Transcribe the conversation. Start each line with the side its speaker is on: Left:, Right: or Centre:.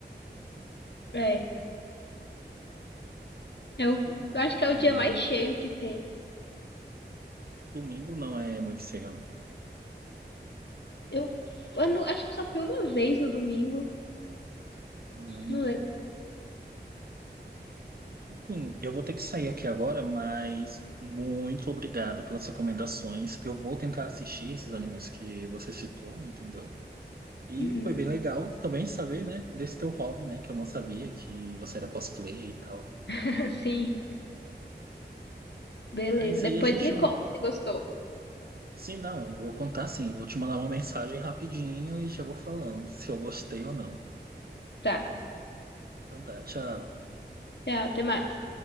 Left: É, eu
Right: Bom,
Left: acho que
Right: é,
Left: é o dia mais cheio que tem.
Right: domingo não é muito feio, não.
Left: Eu, eu não- acho que só fui uma vez no domingo,
Right: Hum,
Left: não lembro.
Right: assim, eu vou ter que sair aqui agora, mas muito obrigado pelas recomendações. Eu vou tentar assistir esses animes que você citou, entendeu? E
Left: Uhum.
Right: foi bem legal também saber, né, desse teu hobby, né, que eu não sabia que você era cosplay e tal.
Left: <laughs> Sim, beleza.
Right: Mas
Left: Depois
Right: aí a gente
Left: me conta se gostou.
Right: Sim, não, vou contar sim. Vou te mandar uma mensagem rapidinho e já vou falando se eu gostei ou não.
Left: Tá,
Right: Então tá, tchau.
Left: tchau, até mais.